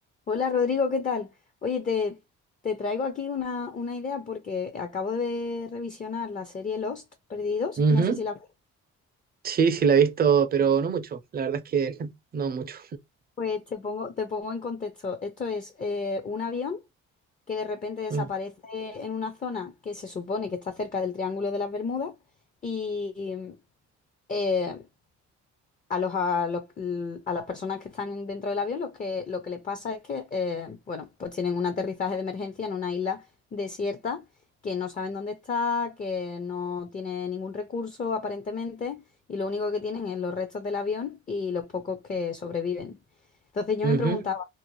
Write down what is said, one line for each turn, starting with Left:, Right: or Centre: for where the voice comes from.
Left: Hola Rodrigo, ¿qué tal? Oye, te, te traigo aquí una, una idea porque acabo de revisionar la serie Lost, Perdidos.
Right: Ujú.
Left: No sé si la...
Right: Sí, sí, la he visto, pero no mucho. La verdad es que <laughs> no mucho.
Left: Pues te pongo, te pongo en contexto. Esto es eh, un avión que de repente desaparece
Right: Mm.
Left: en una zona que se supone que está cerca del Triángulo de las Bermudas y, eh, a los, a los- a las personas que están dentro del avión, lo que, lo que les pasa es que, eh, bueno, pues tienen un aterrizaje de emergencia en una isla desierta que no saben dónde está, que no tiene ningún recurso aparentemente, y lo único que tienen es los restos del avión y los pocos que sobreviven. Entonces yo
Right: Ujú.
Left: me preguntaba,